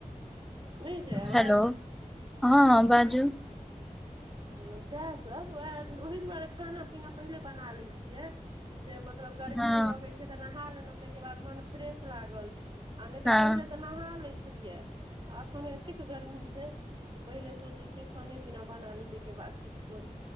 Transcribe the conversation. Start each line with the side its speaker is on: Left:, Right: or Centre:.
Right: नहि जाय आवाज
Centre: हेलो हँ हँ बाजू।
Right: हँ सएहसब उएह ओही-दुआरे खाना पीना पहिले बना लैइ छियै। जे मतलब गर्मियो
Centre: हँ
Right: लगै छै तऽ नहा लेलौ ताहिकेबाद मन फ्रेश लागल। आ नै तऽ
Centre: हँ
Right: पहिले तऽ नहा लै छलिया एखन एतेक गर्मी छै। तऽ पहिले सोचै छियै खाने पीना बना ली ताईके बाद किछु करी।